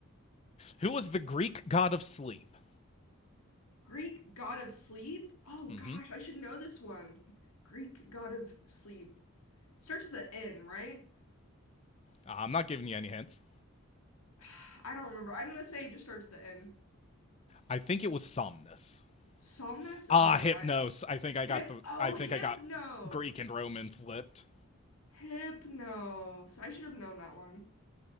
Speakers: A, on the left; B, on the left.
A: Who was the Greek god of sleep?
B: Greek god of sleep. Oh
A: Mm-hmm.
B: gosh,
A: Uh,
B: I should know this one. Greek god of sleep starts with the N, right?
A: I'm not giving you any hints.
B: <sighs> I don't remember. I'm gonna say it just starts with the N.
A: I think it was Somnus.
B: Somnus.
A: Ah,
B: Oh man,
A: Hypnos.
B: I
A: I think I got
B: hip.
A: the.
B: Oh,
A: I think
B: Hypnos.
A: I got Greek and Roman flipped.
B: Hypnos. I should have known that one.